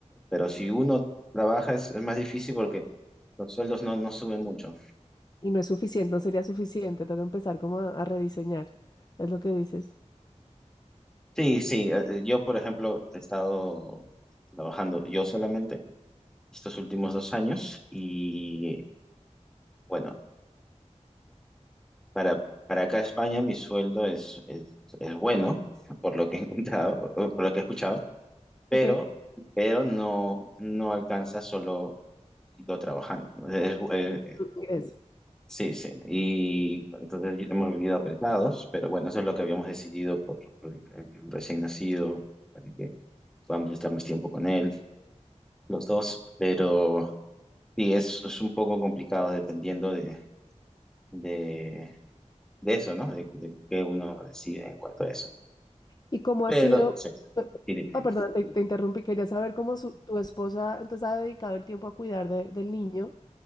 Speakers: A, in the centre; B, on the left.
A: Pero si uno trabaja es, es más difícil porque los sueldos no, no suben mucho.
B: y no es suficiente, no sería suficiente, toca empezar como a, a rediseñar, es lo que dices.
A: Sí, sí. eh, eh, Yo, por ejemplo, he estado trabajando yo solamente. estos últimos dos años y bueno, para, para acá España mi sueldo es, es, es bueno, por lo que he encontrado, o por lo que he escuchado, pero,
B: Ok,
A: pero no, no alcanza solo yo trabajando. ¿no? Es- eh,
B: ingreso.
A: sí, sí, y entonces hemos vivido apretados, pero bueno, eso es lo que habíamos decidido por, por el el recién nacido, para que podamos estar más tiempo con él, los dos, pero sí, es, es un poco complicado dependiendo de... de de eso, ¿no? De, de qué uno decide en cuanto a eso.
B: ¿Y cómo
A: Pero,
B: ha sido?
A: sí, sí, dime, dime.
B: Ah, perdona, te, te interrumpí, quería saber cómo su- tu esposa entonces ha dedicado el tiempo a cuidar de- del niño